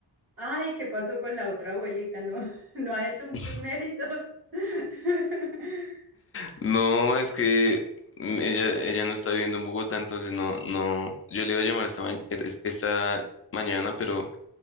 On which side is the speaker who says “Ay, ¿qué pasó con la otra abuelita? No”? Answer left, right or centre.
Right